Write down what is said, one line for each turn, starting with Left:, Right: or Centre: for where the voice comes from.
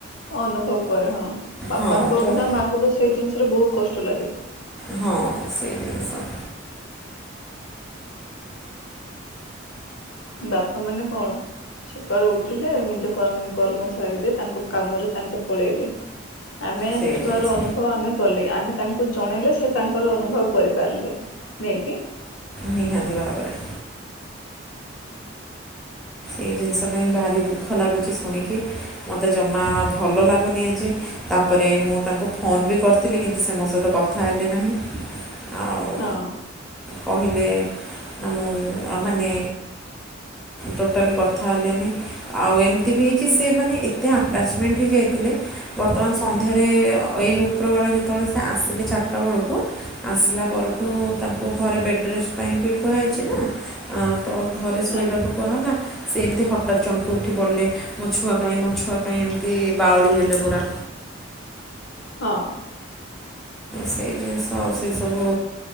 Left: ଅନୁଭବ କରେ ହଁ ବାପାଙ୍କ
Centre: ହଁ ପୁ-
Left: ଅପେକ୍ଷା ମାଆଙ୍କୁ ତ ସେଇ ଜିନିଷରେ ବହୁତ କଷ୍ଟ ଲାଗେ।
Centre: ହଁ ସେଇ ଜିନିଷ।
Left: ବାପା ମାନେ କଣ? ସକାଳୁ ଉଠିଲେ ନିଜ କର୍ମ କର୍ମ ସାରିଦେଇ ତାଙ୍କ କାମରେ ତାଙ୍କେ ପଳେଇଲେ। ଆମେ
Centre: ସେଇ
Left: ଛୁଆର
Centre: ଜିନିଷ
Left: ଅନୁଭ ଆମେ କଲେ ଆମେ ତାଙ୍କୁ ଜଣେଇଲେ ସେ ତାଙ୍କର ଅନୁଭବ କରିପାରିଲେ ନେକି?
Centre: ନିହାତି ଭାବରେ। ଏଇ ଜିନିଷ ପାଇଁ ଭାରି ଦୁଃଖ ଲାଗୁଛି ଶୁଣିକି ମୋତେ ଜମା ଭଲ ଲାଗୁନି ଆଜି। ତାପରେ ମୁଁ ତାଙ୍କୁ ଫୋନ ବି କରିଥିଲି କିନ୍ତୁ ସେ ମୋ ସହିତ କ ଥା ହେଲେ ନାହିଁ ଆଉ
Left: ହଁ
Centre: କହିଲେ ଆ ମୁଁ ମାନେ ଟୋଟାଲି କଥା ହେଲେନି। ଆଉ ଏମିତି ବି ହେଇଛି ସେ ମାନେ ଏତେ ଆଟାଚମେଣ୍ଟ ହେଇ ଯାଇଥିଲେ। ବର୍ତ୍ତମାନ ସନ୍ଧ୍ୟାରେ ଏଇ ଉପରବେଳେ ଯେତେବେଳେ ସେ ଆସିଲେ ଚାରିଟା ବେଳକୁ ଆସିଲା ପରଠୁ ତାଙ୍କୁ ଘରେ ବେଡ଼ ରେଷ୍ଟ ପାଇଁ ବି କୁହାଯାଇଛି ନା। ତ ଘରେ ଶୋଇବାକୁ
Left: ଆଜ୍ଞା
Centre: କୁହାହେଲା ସେ ଏମିତି ହଠାତ୍ ଚମକି ଉଠି ବଡ଼ିଲେ ମୋ ଛୁଆ ପାଇଁ ମୋ ଛୁଆ ପାଇଁ ଏମିତି ବାଉଳି ହେଲେ ପୁରା।
Left: ହଁ।
Centre: ସେଇ ଜିନିଷ ଆଉ ସେ ସବୁ